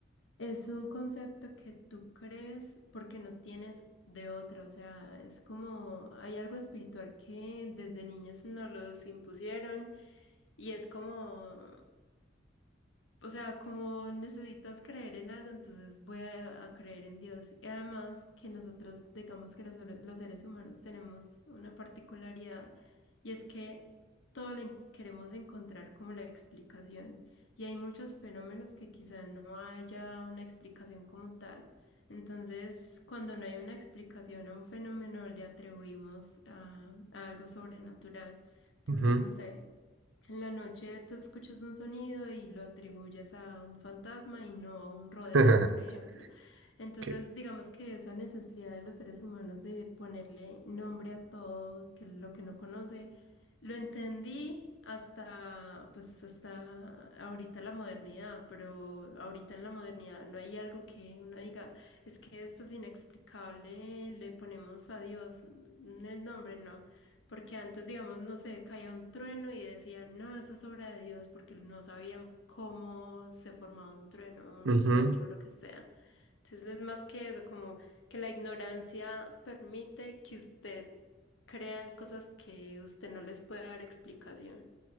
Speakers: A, on the left; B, on the right.
A: es un concepto que tú crees porque no tienes de otra, o sea, es como hay algo espiritual que desde niños nos los impusieron y es como o sea, como necesitas creer en algo, entonces voy a, a creer en Dios. Y además que nosotros, digamos que los, los seres humanos tenemos una particularidad y es que todo le en- queremos encontrar como la explicación. Y hay muchos fenómenos que quizá no haya una explicación como tal. Entonces, cuando no hay una explicación a un fenómeno, le atribuimos a a algo sobrenatural. Entonces,
B: Ujú.
A: no sé. En la noche tú escuchas un sonido y lo atribuyes a un fantasma y no a un roedor,
B: <laughs>
A: por ejemplo. Entonces,
B: Que-
A: digamos que esa necesidad de los seres humanos de ponerle nombre a todo que lo que no conoce, lo entendí hasta pues hasta ahorita la modernidad, pero ahorita en la modernidad no hay algo que uno diga, es que esto es inexplicable, le ponemos a Dios n- el nombre, no. Porque antes, digamos, no sé, caía un trueno y decían, no, eso es obra de Dios, porque no sabían cómo se formaba un trueno, un
B: Ujú.
A: rayo, lo que sea. Entonces es más que eso, como que la ignorancia permite que usted crean cosas que usted no les puede dar explicación.